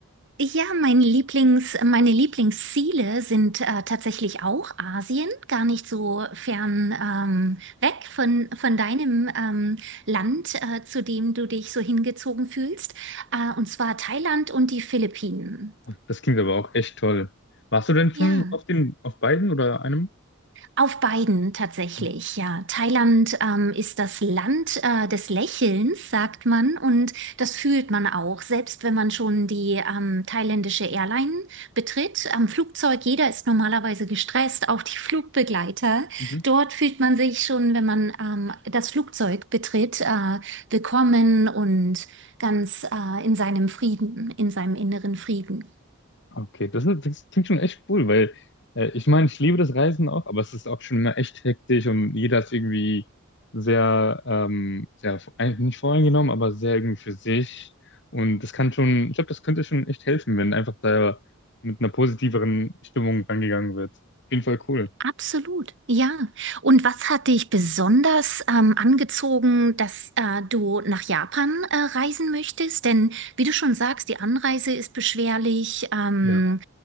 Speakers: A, on the right (about 60°); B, on the left (about 55°).
A: ja, mein Lieblings, meine Lieblingsziele sind äh, tatsächlich auch Asien, gar nicht so fern ähm, weg von, von deinem ähm, Land, äh, zu dem du dich so hingezogen fühlst, äh, und zwar Thailand und die Philippinen.
B: Das klingt aber auch echt toll. Warst du denn
A: Ja.
B: schon auf den, auf beiden oder einem?
A: Auf beiden tatsächlich,
B: Ah,
A: ja. Thailand ähm, ist das Land äh, des Lächelns, sagt man, und das fühlt man auch, selbst wenn man schon die ähm, thailändische Airline betritt. Am Flugzeug, jeder ist normalerweise gestresst, auch die <laughs> Flugbegleiter.
B: Mhm.
A: Dort fühlt man sich schon, wenn man ähm, das Flugzeug betritt, äh, willkommen und ganz äh, in seinem Frieden, in seinem inneren Frieden.
B: Okay, das, ist- das klingt schon echt cool, weil äh, ich meine, ich liebe das Reisen auch, aber es ist auch schon immer echt hektisch und jeder ist irgendwie sehr, ähm, sehr eigentlich nicht voreingenommen, aber sehr irgendwie für sich. Und das kann schon, ich glaube, das könnte schon echt helfen, wenn einfach da mit einer positiveren Stimmung rangegangen wird. Auf jeden Fall cool.
A: Absolut, ja. Und was hat dich besonders ähm, angezogen, dass äh, du nach Japan äh, reisen möchtest? Denn wie du schon sagst, die Anreise ist beschwerlich. Ähm,
B: Ja.